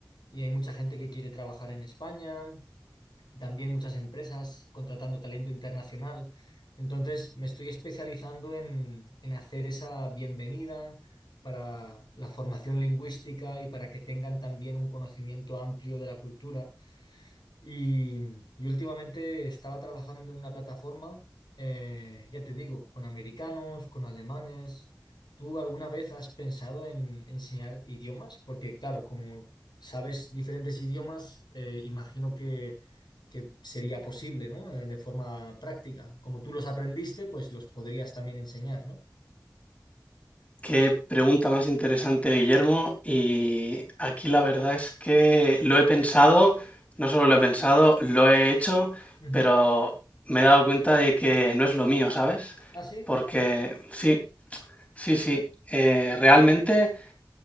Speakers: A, on the left; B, on the left.
A: y hay mucha gente que quiere trabajar en España, y también muchas empresas contratando talento internacional. Entonces me estoy especializando en, en hacer esa bienvenida para la formación lingüística y para que tengan también un conocimiento amplio de la cultura y, y últimamente estaba trabajando en una plataforma, eh, ya te digo, con americanos, con alemanes. ¿Tú alguna vez has pensado en enseñar idiomas? Porque claro, como sabes diferentes idiomas, eh, imagino que, que sería posible, ¿no? Eh, de forma práctica. Como tú los aprendiste, pues los podrías también enseñar, ¿no?
B: Qué pregunta más interesante, Guillermo. Y aquí la verdad es que lo he pensado, no solo lo he pensado, lo he hecho,
A: Ujú.
B: pero me he dado cuenta de que no es lo mío, ¿sabes?
A: ¿Ah, sí?
B: Porque sí, sí, sí. eh, realmente